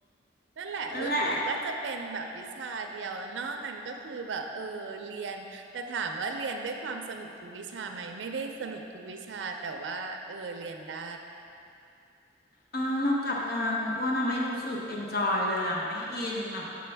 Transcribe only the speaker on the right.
นั่นแหละรู้สึกว่าจะเป็นแบบวิชาเดียวนอกนั้นก็คือแบบเออเรียนแต่ถามว่าเรียนด้วยความสนุกทุกวิชาไหมไม่ได้สนุกทุกวิชาแต่ว่าเออเรียนได้